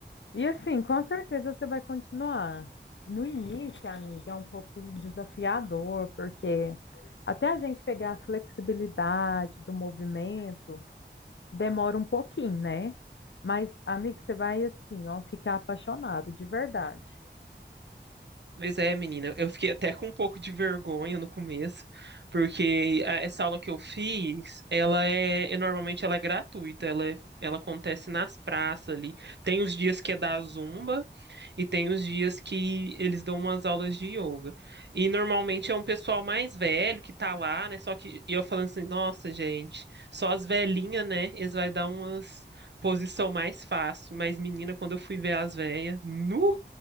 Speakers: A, on the left; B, on the right.
A: E assim, com certeza você vai continuar. No início, amiga, é um pouco desafiador, porque até a gente pegar a flexibilidade do movimento, demora um pouquinho, né? Mas, amigo, você vai assim, ó, ficar apaixonado, de verdade.
B: Pois é, menina, eu fiquei até com um pouco de vergonha no começo, porque a- essa aula que eu fiz, ela é, e normalmente ela é gratuita, ela, é- ela acontece nas praças ali. Tem os dias que é da Zumba, E tem os dias que eles dão umas aulas de yoga. E normalmente é um pessoal mais velho que tá lá, né? Só que e eu falando assim, nossa, gente, só as velhinhas, né? Eles vai dar umas posição mais fácil. Mas, menina, quando eu fui ver as velhas, nu,